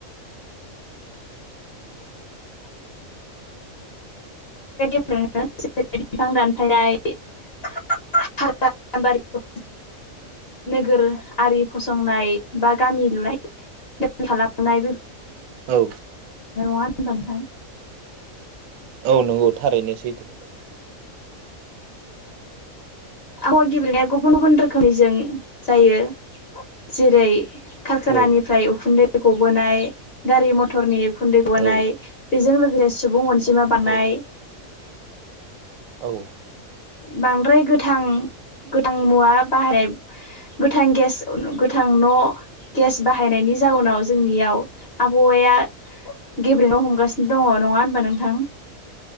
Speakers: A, on the left; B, on the right.
A: जों बिफां दानफायनाय <unintelligible> <unintelligible> बारि नोगोरारि फसंनाय बा गामि लुनाय <unintelligible> <unintelligible> नङा
B: औ
A: होनबा नोंथां
B: औ नंगौ थारैनो सैथो
A: आहा गेबेनाया गुबुन गुबुन रोखोमनिजों जायो जेरै कारखानानिफ्राय
B: औ
A: उखुन्दै गबोनाय गारि मथरनि उखुन्दै गनाय
B: औ
A: बेजों लोगोसे सुबुं अनजिमा बांनाय
B: औ औ
A: बांद्राय गोथां गोथां मुवा बाहायनाय गोथां गेस गोथां न' गेस बाहायनायनि जाउनाव जोंनियाव आबहावाया गेब्रेंनो हमगासिनो दङ नङा होनबा नोंथां